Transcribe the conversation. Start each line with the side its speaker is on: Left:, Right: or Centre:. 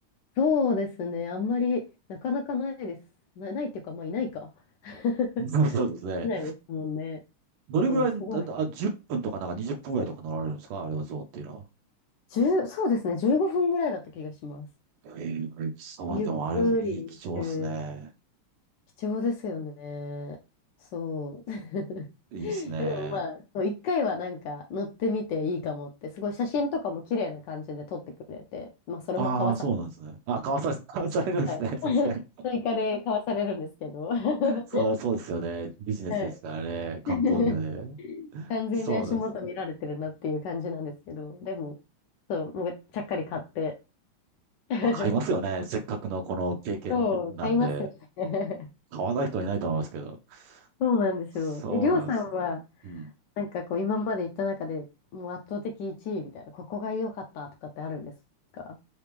Left: そうですね。あんまり、なかなかないです。な、ないっていうか、まあ、いないか。<laughs>
Right: そうそうですね。
Left: いないですもんね。
Right: どれぐらい、
Left: うん、すごい。
Right: あ、あ10分とかなんか20分ぐらいとか乗られるんですかあれは象っていうのは。
Left: 1そうですね、15分ぐらいだった気がします。
Right: ええそう、
Left: ゆっくりしてる。
Right: でもあれ、いい、貴重っすね。
Left: 貴重ですよね。そう。<laughs>
Right: いいっすね。
Left: え、でもまあ、そう一回はなんか乗ってみていいかもって、すごい写真とかも綺麗な感じで撮ってくれて、まあそれも買わされ、
Right: ああ、そうなんですね。あ、買わされ、<laughs> 買わされるんですね。
Left: はい。
Right: さすがに。
Left: <laughs> 追加で買わされるんですけど、<laughs> は
Right: そう、そうですよね。ビジネスですからね。
Left: い。
Right: 観光業で。
Left: <laughs> 完全に足元見られてるなっていう感じなんですけど、
Right: そうなんです。
Left: でも、そう、もうちゃっかり買って。<laughs>
Right: まあ買いますよね。せっかくのこの経験なんで。
Left: そう、<laughs> 買いますよね。
Right: 買わない人はいないと思いますけど。
Left: そうなんですよ。
Right: そうなんです。
Left: え、りょうさんは、
Right: うん。
Left: なんかこう、今まで行った中でもう圧倒的1位みたいな、ここが良かったとかってあるんですか